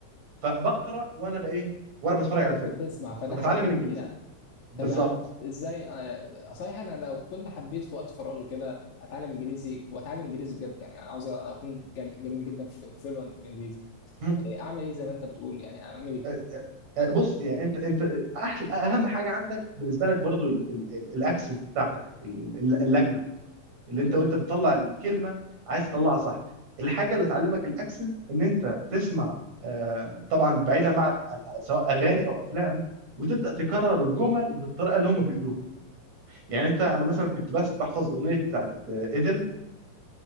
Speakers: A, on the right; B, on the left.
A: فبقرا وانا بايه وانا بتفرج على
B: وانت
A: الفيلم
B: بتسمع فده
A: فبتعلم
B: حاجه جميله
A: الانجليزي بالظبط
B: طب يعني أنت ازاي آه صحيح انا لو كنت حبيت في وقت فراغي كده اتعلم انجليزي واتعلم انجليزي بجد يعني انا عاوز اكون جم... جميل جدا في فلوينت في الانجليزي
A: مم.
B: آه، اعمل ايه زي ما انت بتقول يعني اعمل ايه؟
A: أ- أ- بص يعني انت انت احلى اهم حاجه عندك بالنسبه لك برضو ال- ال- ال- الاكسنت بتاعتك ال- ال- ال- اللكنه اللي
B: مم.
A: انت وانت بتطلع الكلمه عايز تطلعها صح الحاجه اللي تعلمك الاكسنت ان انت تسمع آه، طبعا بعيدا بقى عن- عن- سواء اغاني او افلام وتبدا تكرر الجمل بالطريقه اللي هم بيقولوها يعني انت انا مثلا كنت بس بحفظ اغنيه بتاعت آه، ايدل